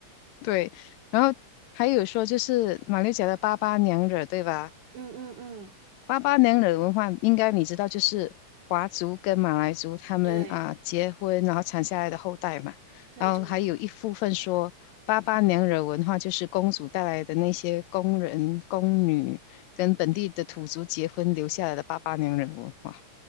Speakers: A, on the left (about 80°); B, on the right (about 85°).
A: 对，然后还有说就是马六甲的八八娘惹，对吧？
B: 嗯嗯嗯，
A: 八八娘惹文化应该你知道，就是华族跟马来族他们啊结婚，
B: 对
A: 然后产下来的后代嘛。
B: 对对，
A: 然后还有一部分说八八娘惹文化就是公主带来的那些工人、宫女跟本地的土族结婚留下来的八八娘惹文化。